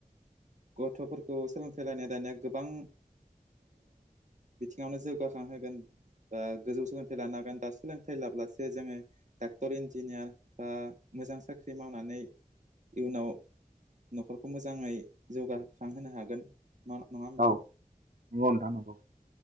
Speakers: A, on the right; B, on the right.
A: गथ'फोरखौ सोलोंथाइ लानाया दानिया गोबां बिथिङावनो जौगाखांहोगोन ओ बा गोजौ सोलोंथाइ लानो हागोन दा सोलोंथाइ लाब्लासो जोङो डाक्टर इन्जिनियार बा मोजां साख्रि मावनानै इयुनाव न'खरखौ मोजांङै जौगाखांहोनो हागोन मा नंङा होमबा
B: औ नंगौ नोंथां नंगौ